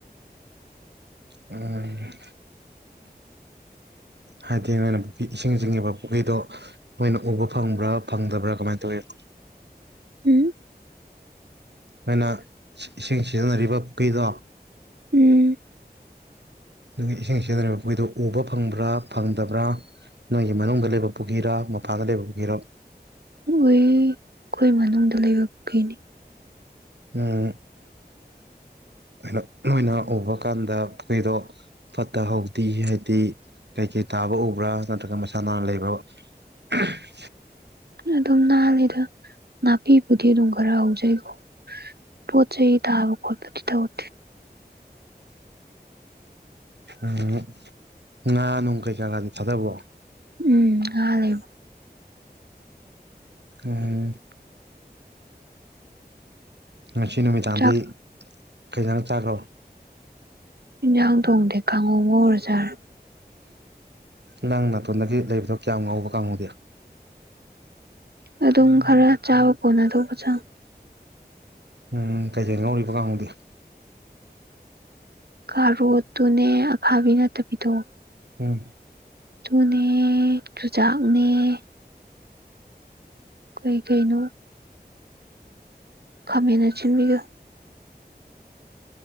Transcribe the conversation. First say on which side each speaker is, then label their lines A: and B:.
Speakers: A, on the right; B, on the right.
A: ꯎꯝ ꯍꯥꯏꯗꯤ ꯅꯣꯏꯅ ꯄꯨꯈ꯭ꯔꯤ ꯏꯁꯤꯡ ꯆꯤꯡꯉꯤꯕ ꯄꯨꯈ꯭ꯔꯤꯗꯣ ꯅꯣꯏꯅ ꯎꯕ ꯐꯪꯕ꯭ꯔꯥ ꯐꯪꯗꯕ꯭ꯔꯥ ꯀꯃꯥꯏꯅ ꯇꯧꯋꯤ
B: ꯎꯝ
A: ꯑꯩꯈꯣꯏꯅ ꯏꯁꯤꯡ ꯁꯤꯖꯤꯟꯅꯔꯤꯕ ꯄꯨꯈ꯭ꯔꯤꯗꯣ
B: ꯎꯝ
A: ꯑꯗꯨꯒꯤ ꯏꯁꯤꯡ ꯁꯤꯖꯤꯟꯅꯔꯤꯕ ꯄꯨꯈꯣꯏꯗꯨꯣ ꯎꯕ ꯐꯪꯕ꯭ꯔꯥ ꯐꯪꯗꯕ꯭ꯔꯥ ꯅꯣꯏꯒꯤ ꯃꯅꯨꯡꯗ ꯂꯩꯕ ꯄꯨꯈꯤꯔꯥ ꯃꯄꯥꯟꯗ ꯂꯩꯕ ꯄꯨꯈꯤꯔꯥ
B: ꯍꯣꯏ ꯑꯩꯈꯣꯏ ꯃꯅꯨꯡꯗ ꯂꯩꯕ ꯄꯨꯏꯅꯤ
A: ꯎꯝ ꯀꯩꯅꯣ ꯅꯣꯏꯅ ꯎꯕ ꯀꯥꯟꯗ ꯄꯨꯈꯔꯤꯗꯣ ꯐꯠꯇꯍꯧꯗꯤ ꯍꯥꯏꯗꯤ ꯀꯩꯀꯩ ꯇꯥꯕ ꯎꯕ꯭ꯔꯥ ꯅꯠꯇ꯭ꯔꯒ ꯃꯁꯥ ꯅꯥꯟꯅ ꯂꯩꯕ꯭ꯔꯥ <inaudible>
B: ꯑꯗꯨꯝ ꯅꯍꯥꯟꯜꯂꯤꯗ ꯅꯥꯄꯤꯕꯨꯗꯤ ꯑꯗꯨꯝ ꯈꯔ ꯍꯧꯖꯩꯀꯣ ꯄꯣꯠ ꯆꯩꯩ ꯇꯕ ꯀꯗꯤ ꯇꯧꯦ
A: ꯎꯝ ꯉꯥ ꯅꯨꯡ ꯀꯩꯀꯥ ꯀꯥꯗꯤ ꯊꯥꯗꯕꯣ
B: ꯎꯝ ꯍ ꯂꯩ
A: ꯑ ꯉꯁꯤ ꯅꯨꯃꯤꯗꯥꯡꯗꯤ
B: ꯆꯥꯛ
A: ꯀꯩꯗꯔ ꯆꯥꯈ꯭ꯔꯣ
B: ꯌꯦꯟꯖꯥꯡ ꯊꯣꯡꯗꯦ ꯈꯉꯧꯉꯔꯖꯥꯔ
A: ꯅꯪ ꯅꯥꯇꯣꯟꯗꯒꯤ ꯂꯩꯕꯗꯣ ꯀꯌꯥꯝ ꯉꯥꯎꯕ ꯀꯥꯡꯍꯧꯗꯦ
B: ꯑꯗꯨꯝ ꯈꯔ ꯆꯥꯕ ꯀꯣꯟꯅ ꯇꯧꯕꯁꯨ
A: ꯎꯝ ꯀꯩꯀꯩ ꯉꯧꯔꯤꯕ ꯀꯥꯡꯧꯗꯦ
B: ꯀꯥꯔꯣꯠꯇꯨꯅꯦ ꯑꯐꯥꯕꯤ ꯅꯠꯇꯕꯤꯗꯣꯛꯑꯣ
A: ꯎꯝ
B: ꯨꯅꯦ ꯆꯨꯖꯥꯛꯅꯦ ꯀꯩ ꯀꯩꯅꯣ ꯈꯃꯥꯏꯅ ꯁꯤꯟꯕꯤꯒꯔ